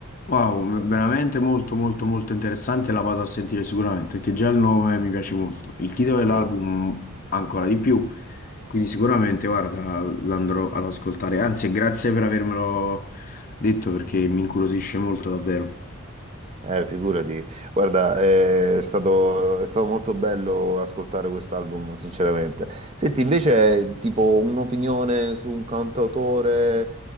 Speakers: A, on the left; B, on the right.
A: Wow, v-
B: Eh,
A: veramente molto molto molto interessante, la vado a sentire sicuramente, perché già il nome mi piace molto. Il titolo
B: Sì,
A: dell'album ancora di più, quindi sicuramente, guarda, l'andrò ad ascoltare. Anzi, grazie per avermelo detto perché mi incuriosisce molto davvero.
B: Eh, figurati, guarda, eh, è stato, è stato molto bello ascoltare quest'album, sinceramente. Senti, invece, tipo un'opinione su un cantautore,